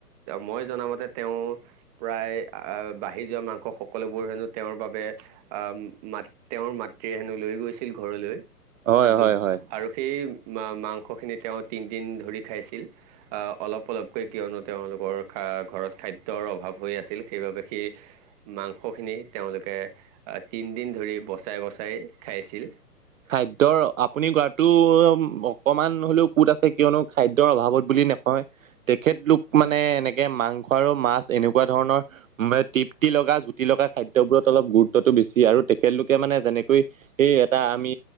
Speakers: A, on the right; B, on the right.
A: মই জনা মতে তেওঁ প্ৰায় বাঢ়ি যোৱা মাংস সকলোবোৰ হেনো তেওঁৰ বাবে অ মাত তেওঁৰ মাতৃয়ে হেনো লৈ গৈছিল ঘৰলৈ
B: হয়
A: যদি
B: হয় হয়
A: আৰু সেই ম মাংসখিনি তেওঁ তিনদিন ধৰি খাইছিল অলপ অলপকৈ কিয়নো তেওঁলোকৰ খা অ', ঘৰত খাদ্যৰ অভাৱ হৈ আছিল সেই বাবে সেই মাংস খিনি তেওঁলোকে তিনদিন দিন ধৰি বচাই বচাই খাইছিল
B: খাদ্যৰ আপুনি কোৱাটো অকমান হ'লেও ক'ত আছে কিয়নো খাদ্যৰ অভাৱত বুলি নকয় তেখেতলোক মানে এনেকে মাংস আৰু মাছ এনেকুৱা ধৰণৰ তৃপ্তি লগা জুতি লগা খাদ্য বোৰত অলপ গুৰুত্বতটো বেছি আৰু তেখেতলোকে মানে যেনেকৈ সেই এটা আ আমি